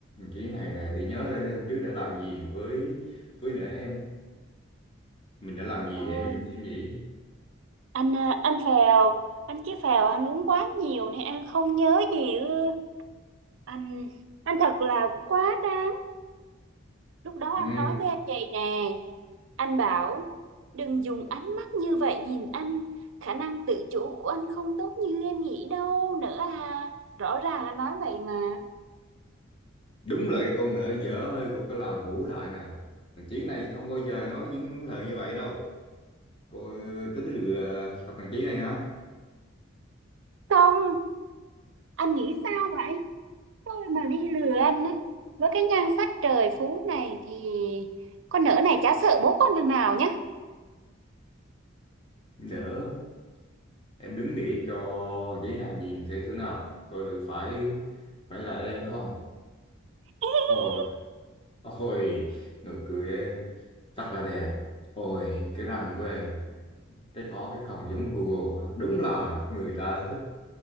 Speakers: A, on the left; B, on the right.
A: Chí này là để nhớ ra đêm hôm trước đã làm gì với với nợ em mình đã làm gì
B: Thôi,
A: em em nghĩ
B: anh à, anh phèo, anh chí phèo anh uống quá nhiều nên anh không nhớ gì ư. Anh, anh thật là quá đáng Lúc đó
A: ừ,
B: anh nói với em vậy nè, anh bảo đừng dùng ánh mắt như vậy nhìn anh, khả năng tự chủ của anh không tốt như em nghĩ đâu nữa à. Rõ ràng anh nói vậy mà.
A: đúng là cái con nợ dở hơi của cái làng Vũ Đại này thằng Chí này không bao giờ nói những lời như vậy đâu cô tính lừa thằng Chí này hả
B: Không, anh nghĩ sao vậy? Tôi mà đi lừa anh á, với cái nhan sắc trời phú này thì con nỡ này chả sợ bố con thằng nào nhá.
A: nỡ em đứng để cho ghế nào nhìn thấy thứ nào coi thử phải phải là em không
B: <laughs>
A: ôi ôi nụ cười em thật là đẹp ôi cái răng của em cái có cái khòng giống Google ha. đúng là người ta thích